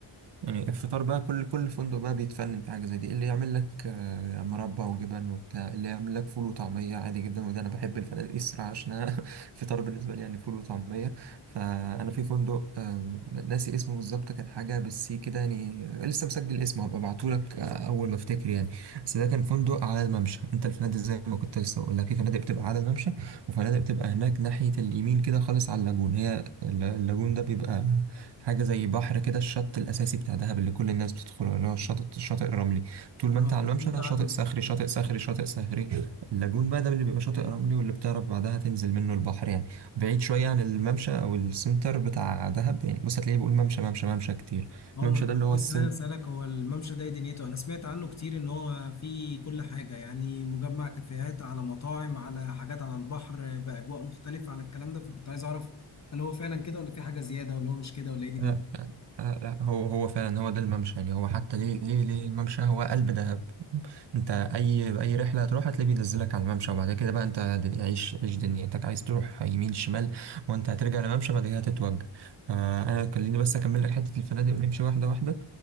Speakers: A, on the right; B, on the left.
A: يعني الفطار بقى كل كل فندق بقى بيتفنن في حاجة زي دي اللي يعمل لك آه، مربى وجبن وبتاع اللي يعمل لك فول وطعمية عادي جدا وده أنا بحب الفنادق دي الصراحة عشان أنا <laughs> فطار بالنسبة لي يعني فول وطعمية فأنا في فندق آه، ناسي اسمه بالظبط كان حاجة بالسي كده يعني آه، لسه مسجل اسمه هبقى أبعتهولك آه، أول ما أفتكر يعني بس ده كان فندق على الممشى أنت الفنادق زي ما كنت لسه بقول لك في فنادق بتبقى على الممشى وفنادق بتبقى هناك ناحية اليمين كده خالص على اللاجون هي اللاجون ده بيبقى حاجة زي بحر كده الشط الأساسي بتاع دهب اللي كل الناس بتدخله اللي هو الشاطئ الشاطئ الرملي طول ما
B: اه
A: أنت على
B: انا سمعت
A: الممشى
B: عنه
A: شاطئ صخري شاطئ صخري شاطئ صخري اللاجون بقى ده اللي بيبقى شاطئ رملي واللي بتعرف بعدها تنزل منه البحر يعني بعيد شوية عن الممشى أو السنتر بتاع دهب يعني بص هتلاقيه بيقول ممشى ممشى ممشى كتير
B: عمر
A: الممشى
B: انا كنت
A: ده اللي هو
B: لسه
A: السنتر
B: عايز اسالك هو الممشى ده إيه دنيته انا سمعت عنه كتير ان هو فيه كل حاجه يعني مجمع كافيهات على مطاعم على حاجات على البحر باجواء مختلفه على الكلام ده فكنت عايز اعرف هل هو فعلا كده ولا في حاجه زياده ولا هو مش كده ولا ايه دنيته
A: لا لا لا هو هو فعلا هو ده الممشى يعني هو حتى ليه ليه ليه الممشى هو قلب دهب انت اي اي رحله هتروح هتلاقيه بينزلك على الممشى وبعد كده بقى انت دن- عيش عيش دنيتك عايز تروح يمين شمال وانت هترجع للممشى بعد كده هتتوجه آه انا خليني بس اكمل لك حته الفنادق ونمشي واحده واحده